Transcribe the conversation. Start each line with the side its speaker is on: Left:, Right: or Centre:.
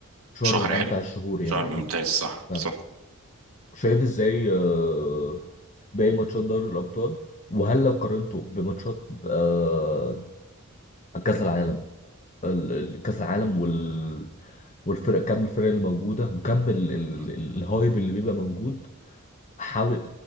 Left: شهر
Right: شهر
Left: من امتع
Right: حلو
Left: الشهور يعني
Right: شهر ممتاز
Left: اه
Right: صح
Left: فعلا
Right: صح
Left: شايف ازاي آه، باقي ماتشات دوري الابطال وهل لو قارنته بماتشات آه، كاس العالم ال- ال- كاس العالم وال والفرق كم الفرق الموجوده وكم ال... ال...
Right: مم.
Left: الهايب اللي بيبقى موجود حاول